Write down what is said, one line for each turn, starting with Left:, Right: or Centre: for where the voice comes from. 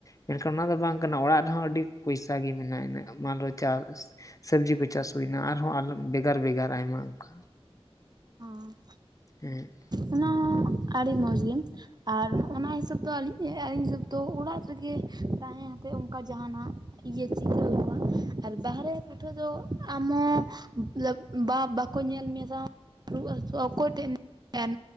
Left: ᱢᱮᱱ ᱠᱷᱟᱱ ᱚᱱᱟ ᱫᱚ ᱵᱟᱝᱼᱼ ᱠᱟᱱᱟ ᱚᱲᱟᱜ ᱨᱮᱦᱚᱸ ᱟᱹᱰᱤ ᱯᱩᱭᱥᱟ ᱜᱤ ᱢᱤᱱᱟᱜ ᱤᱱᱟᱹᱜ ᱢᱟᱱ ᱞᱚ ᱪᱟᱥᱼᱼ ᱥᱟᱹᱵᱽᱡᱤ ᱠᱚ ᱪᱟᱥ ᱦᱩᱭ ᱱᱟ ᱟᱨᱦᱚᱸ ᱟᱞᱚᱢ ᱵᱷᱮᱜᱟᱨ ᱵᱮᱜᱟᱨ ᱟᱭᱢᱟ ᱚᱱᱠᱟ᱾
Right: ᱦᱚᱸ᱾
Left: ᱩᱹᱜ᱾
Right: ᱚᱱᱟ ᱦᱚᱸ ᱟᱰᱤ ᱢᱚᱡᱽ ᱜᱮ᱾ ᱟᱨ ᱚᱱᱟ ᱦᱤᱥᱟᱹᱵᱽ ᱛᱮ ᱟᱹᱞᱤᱧ ᱧᱮᱭ ᱟᱹᱞᱤᱧ ᱦᱤᱥᱟᱹᱵᱽ ᱫᱚ ᱚᱲᱟᱜ ᱨᱮᱜᱮ ᱛᱟᱦᱮᱸ ᱦᱟᱛᱮᱜ ᱚᱱᱠᱟ ᱡᱟᱦᱟᱸ ᱱᱟᱜᱼᱼ ᱤᱭᱟᱹ ᱪᱤᱠᱟᱹ ᱦᱩᱭᱩᱜ-ᱟ ᱟᱨ ᱵᱟᱦᱨᱮ ᱩᱴᱷᱟᱹᱣ ᱫᱚ ᱟᱢ ᱦᱚᱸᱼᱼ ᱢᱚᱛᱞᱚᱵᱽ ᱵᱟ ᱵᱟᱠᱚ ᱧᱮᱞ ᱢᱮᱭᱟ ᱥᱟᱶ ᱨᱩᱣᱟᱹ ᱦᱟᱹᱥᱩᱜ-ᱟ ᱚᱠᱚᱭ ᱴᱷᱮᱡ ‌ᱮᱢᱼᱼ ᱟᱨ